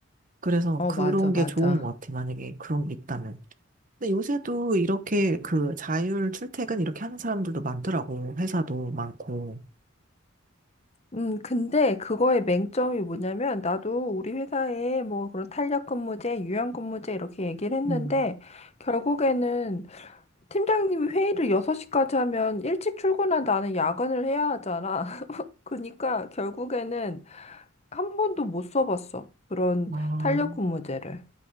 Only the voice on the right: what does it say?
그래서
그런
게 좋은 것 같아. 만약에 그런 게 있다면. 근데 요새도 이렇게 그 자율 출퇴근 이렇게 하는 사람들도 많더라고. 회사도 많고.
음.
아,